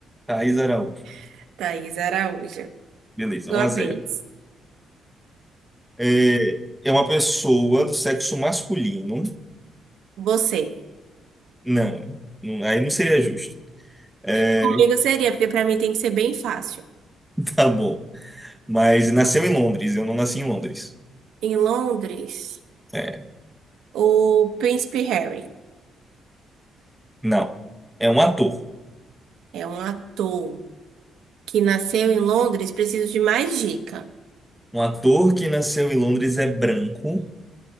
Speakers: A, in the centre; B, on the right (about 80°).
A: Thaís Araújo.
B: <laughs> Thaís Araújo.
A: Beleza,
B: Sua
A: um a
B: vez.
A: zero É, é uma pessoa do sexo masculino.
B: Você.
A: Não, não- aí não seria justo. É,
B: Comigo
A: <laughs>
B: seria, porque para mim tem que ser bem fácil.
A: tá bom. Mas nasceu em Londres, eu não nasci em Londres.
B: Em Londres,
A: É.
B: o Príncipe Harry.
A: Não. É um ator.
B: É um ator que nasceu em Londres. Preciso de mais dica.
A: Um ator que nasceu em Londres é branco